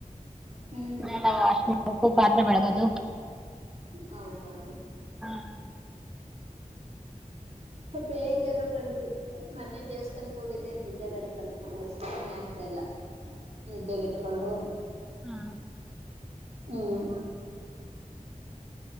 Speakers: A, on the right; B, in the centre.
A: ಹ್ಮ್
B: ಬಟ್ಟೆ ವಾಶ್ ಮಾಡ್ಬೇಕು ಪಾತ್ರೆ ಬೆಳಗದು.
A: ಹೌದಾ.
B: ಹಾ. <inaudible>
A: ಬೇಜಾರು ಕಣ್ರಿ. ಮೊನ್ನೆ ದೇವಸ್ಥಾನಕ್ಕೆ ಹೋಗಿದ್ದೆ ನಿದ್ದೆ ಬೇರೆ ಕಂಟ್ರೋಲ್ ಕಡಿಮೆ ಆಗ್ತಾ ಇಲ್ಲ. ನಿದ್ರೆಗೆಟ್ಕೊಂಡು
B: ಹಾಂ
A: ಹ್ಮ್.